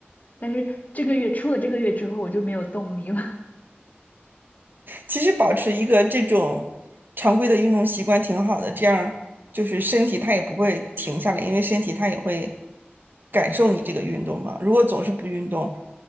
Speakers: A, on the left; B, on the right.
A: 但是这个月出了这个月之后，我就没有动力了。<laughs>
B: 其实保持一个这种常规的运动习惯挺好的，这样就是身体它也不会停下来，因为身体它也会感受你这个运动嘛。如果总是不运动，